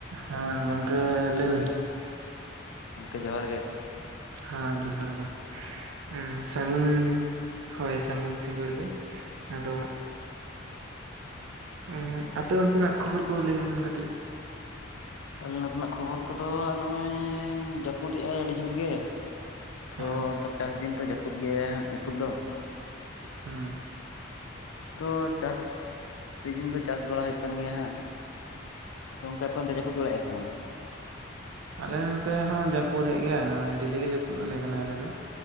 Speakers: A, on the right; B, on the left.
A: ᱦᱮᱸ ᱜᱚᱝᱠᱮ ᱞᱟᱹᱭ
B: ᱚᱝᱠᱮ ᱡᱚᱦᱟᱨ ᱜᱮ᱾
A: ᱦᱮᱸ ᱡᱚᱦᱟᱨ ᱜᱮ, ᱮᱸ ᱥᱟᱹᱜᱩᱱ ᱧᱤᱫᱟᱹ᱾ ᱦᱳᱭ ᱥᱟᱹᱜᱩᱱ ᱥᱤᱸᱜᱟᱹᱲ ᱜᱮ, ᱟᱫᱚ ᱩᱸᱜ ᱟᱯᱮ ᱚᱱᱛᱮ ᱱᱟᱜ ᱠᱷᱚᱵᱚᱨ ᱠᱚ ᱞᱟᱹᱭ ᱵᱤᱱ ᱠᱟᱹᱴᱤᱡ?
B: ᱟᱞᱮ ᱱᱚᱛᱮ ᱱᱟᱜ ᱠᱷᱚᱵᱚᱨ ᱠᱚᱫᱚ ᱟ ᱱᱚᱜᱼᱚᱭ ᱡᱟᱹᱯᱩᱫᱮᱜᱼᱟᱭ ᱟᱹᱰᱤ ᱡᱷᱳᱨ ᱜᱮ᱾ ᱛᱷᱚ
A: ᱦᱮᱸ
B: ᱱᱤᱛᱚ ᱪᱟᱥ ᱫᱤᱱ ᱛᱚ ᱡᱟᱹᱯᱩᱫ ᱜᱮᱭᱟᱭ ᱦᱟᱸᱜ ᱡᱟᱹᱯᱩᱫ ᱫᱚ᱾
A: ᱦᱩᱸ᱾
B: ᱛᱚ ᱪᱟᱥ ᱥᱤᱡᱤᱱ ᱫᱚ ᱪᱟᱥ ᱵᱟᱲᱟ ᱦᱩᱭᱩᱜ ᱠᱟᱱ ᱜᱮᱭᱟ ᱦᱟᱸᱜ᱾ ᱛᱚ ᱚᱝᱠᱟ ᱟᱯᱮ ᱚᱱᱛᱮ ᱡᱟᱹᱯᱩᱫ ᱵᱟᱲᱟᱭᱮᱼᱟ ᱥᱮ ᱵᱟᱝᱟ?
A: ᱟᱞᱮ ᱱᱚᱱᱛᱮ ᱦᱚᱸ ᱡᱟᱹᱯᱩᱫᱮᱜ ᱜᱮᱭᱟᱭ ᱱᱚᱼᱚᱭ ᱰᱮᱞᱤ ᱜᱮ ᱡᱟᱹᱯᱩᱫ ᱟᱞᱮ ᱠᱟᱱᱟᱭ ᱟᱞᱮ ᱫᱚ᱾